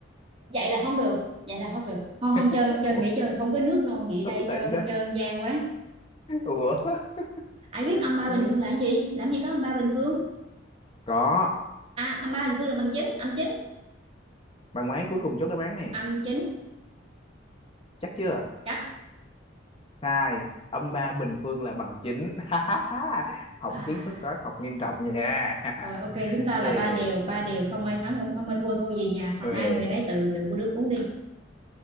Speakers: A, on the right; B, on the left.
A: vậy là không được vậy là không được không không
B: <laughs>
A: chơi không chơi nghỉ
B: ủa
A: chơi không có nước non nghỉ đây hết
B: tại
A: trơn hết
B: sao
A: trơn gian quá
B: ủa <laughs>
A: ai biết âm ba
B: Ừ,
A: bình phương là cái gì làm gì có âm ba bình phương
B: có
A: à âm ba bình phương là bằng chín âm chín
B: bằng mấy cuối cùng chốt đáp án nè
A: âm chính
B: chắc chưa
A: chắc
B: sai âm ba bình phương là bằng chín <laughs> hỏng
A: à,
B: kiến thức toán học nghiêm trọng nha
A: rồi ok
B: <laughs>
A: chúng ta là
B: Ê,
A: ba đều ba đều không ai thắng cũng không ai thua thôi về nhà phần
B: Huề
A: ai người nấy tự tự của đức uống đi